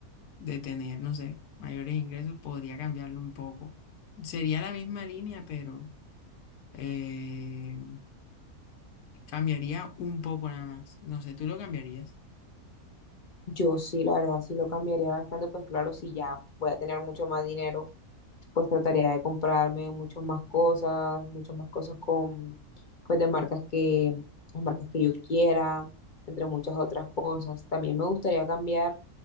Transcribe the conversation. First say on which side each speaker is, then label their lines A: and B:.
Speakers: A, on the left; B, on the left.
A: de tener, no sé, mayores ingresos, podría cambiarlo un poco. Sería la misma línea, pero... eh, Cambiaría un poco nada más. No sé, ¿tú lo cambiarías?
B: Yo sí, la verdad, sí lo cambiaría bastante, pues claro, si ya voy a tener mucho más dinero pues trataría de comprarme muchas más cosas, muchas más cosas con, pues de marcas que, las marcas que yo quiera, entre muchas otras cosas. También me gustaría cambiar, o